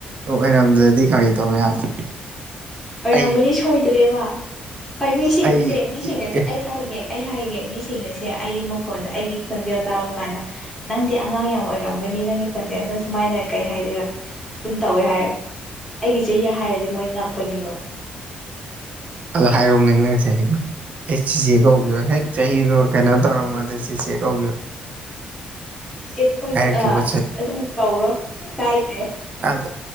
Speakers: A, on the right (about 45°); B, in the centre.
A: ꯑꯣꯏꯔꯝꯗ꯭ꯔꯗꯤ ꯀꯔꯤ ꯇꯧꯕ ꯌꯥꯕ꯫
B: ꯑꯣꯏꯔꯝꯒꯅꯤ
A: ꯑꯩ
B: ꯁꯣꯏꯗ꯭ꯔꯦꯕ ꯍꯣꯏ ꯃꯤꯁꯤꯡꯅꯁꯦ
A: ꯑꯩ
B: ꯃꯤꯁꯤꯡꯅꯁꯦ
A: ꯏ ꯑꯦ
B: ꯑꯩ ꯍꯥꯏꯒꯦ ꯑꯩ ꯍꯥꯏꯒꯦ ꯃꯤꯁꯤꯡꯅꯁꯦ ꯑꯩꯒꯤ ꯃꯈꯣꯟꯗ ꯑꯩꯒꯤ ꯈꯣꯟꯖꯦꯜ ꯇꯥꯕ ꯀꯥꯟꯗ ꯅꯪꯗꯤ ꯑꯉꯥꯡ ꯌꯥꯝ ꯑꯣꯏꯔꯝꯒꯅꯤ ꯅꯪꯒꯤ ꯈꯣꯟꯖꯦꯜꯁꯦ ꯁꯨꯃꯥꯏꯅ ꯀꯩ ꯍꯥꯏꯗꯣꯏꯔꯥ꯫ ꯑꯗꯨꯝ ꯇꯧꯋꯦ ꯍꯥꯏꯌꯦ ꯑꯩꯒꯤ ꯆꯍꯤ ꯍꯥꯏꯔꯗꯤ ꯃꯣꯏ ꯉꯥꯛꯄꯅꯤꯕ꯫
A: ꯑꯗꯣ ꯍꯥꯏꯔꯛꯎꯅꯦ ꯅꯪ ꯆꯍꯤꯗꯣ ꯑꯩ ꯆꯤꯆꯦ
B: ꯎꯝ
A: ꯀꯧꯒꯦꯕ ꯍꯦꯛ ꯆꯍꯤꯗꯣ ꯀꯩꯅꯣ ꯇꯧꯔꯝꯃꯗꯤ ꯆꯤꯆꯦ ꯀꯧꯒꯦ꯫
B: ꯏꯆꯦ ꯈꯣꯏꯅ
A: ꯍꯥꯏꯔꯛꯈꯤꯕ
B: ꯑ ꯑꯗꯨꯝ ꯀꯧꯔꯣ ꯀꯥꯏꯗ꯭ꯔꯦ꯫
A: ꯑꯗꯣ